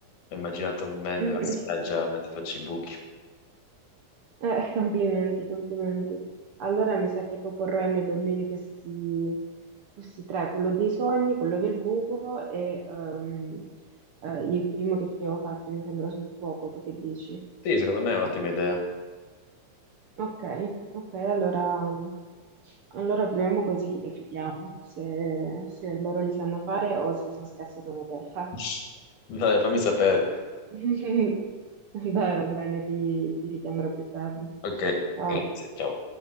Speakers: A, on the left; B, on the right.
A: ho immaginato me
B: Mm.
A: nella spiaggia
B: <laughs>
A: mentre faccio i buchi.
B: Eh, <laughs> complimenti, complimenti. Allora mi sa che proporrò ai miei bambini questi, questi tre, quello dei sogni, quello del buco e ehm, eh, il primo che ti avevo fatto mi sembra sul fuoco, tu che dici?
A: Sì, secondo me è un'ottima idea.
B: Ok, ok, allora, allora proviamo così e vediamo se, se loro li sanno fare o se sono scarsi come te.
A: <laughs> Vabbè, fammi sapere.
B: <laughs> Dai, va bene, ti ti richiamerò più tardi.
A: Ok,
B: Ciao.
A: grazie, ciao.